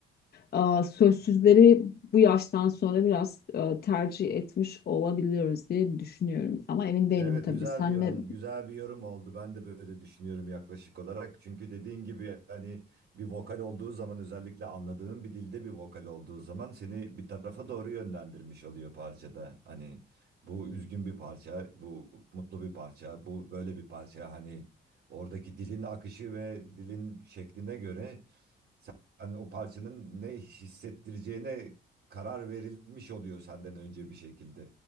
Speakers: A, on the left; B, on the right.
A: e, sözsüzleri bu yaştan sonra biraz e, tercih etmiş olabiliyoruz diye düşünüyorum. Ama emin değilim
B: Evet
A: tabii.
B: güzel
A: Sen
B: bir yorum,
A: ne
B: güzel bir yorum oldu. Ben de böyle düşünüyorum yaklaşık olarak. Çünkü dediğin gibi hani bir vokal olduğu zaman özellikle anladığın bir dilde bir vokal olduğu zaman seni bir tarafa doğru yönlendirmiş oluyor parçada. Hani bu üzgün bir parça, bu mutlu bir parça, bu böyle bir parça. Hani oradaki dilin akışı ve dilin şekline göre hani o parçanın ne hissettireceğine karar verilmiş oluyor senden önce bir şekilde.